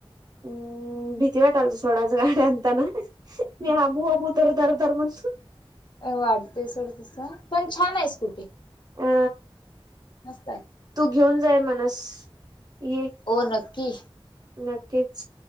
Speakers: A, on the right; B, on the left.
A: हम्म भीती वाटालती आज सोड गाडी हाणताना मी आबूआबू धर धर सर्वांच
B: अ वाटतेय सोडं तस. पण छान आहे स्कुटी
A: अ
B: मस्त आहे
A: तू घेऊन जाय म्हणस ये
B: हो नक्की.
A: नक्कीच